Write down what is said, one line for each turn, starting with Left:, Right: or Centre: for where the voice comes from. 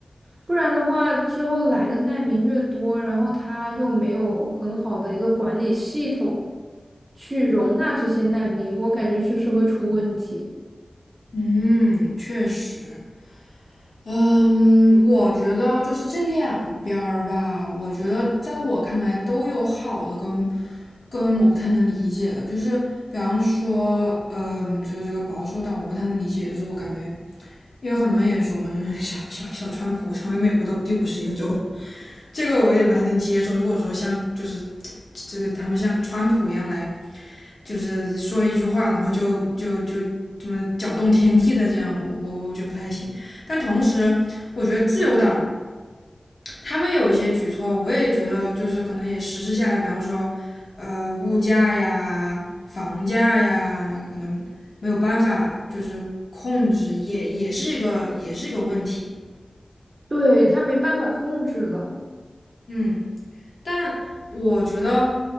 Right: 不然的话，之后来的难民越多，然后他又没有很好的一个管理系统去容纳这些难民，我感觉就是会出问题。
Left: 嗯，确实，嗯，我觉得就是这两边儿吧，我觉得在我看来都有好的跟跟我不太能理解的，就是比方说，嗯，这个这个保守党我不太能理解，就是我感觉，因为很多人也说嘛，就是小小小川普成为美国的第五十一个州，这个我有点不太能接受。如果说像就是这个他们像川普一样来，就是说一句话，然后就就就这么搅动天地的这样，我我我觉得不太行。但同时，我觉得自由党他们有一些举措，我也觉得就是可能也实施下来，比方说呃物价呀、房价呀，可能没有办法就是控制，也也是一个也是一个问题。
Right: 对，他没办法控制了，
Left: 嗯，但我觉得。